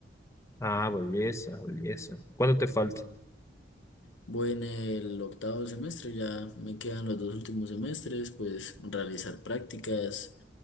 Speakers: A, on the left; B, on the left.
A: Ah, belleza, belleza. ¿Cuánto te falta?
B: Voy en el octavo semestre, ya me quedan los dos últimos semestres, pues realizar prácticas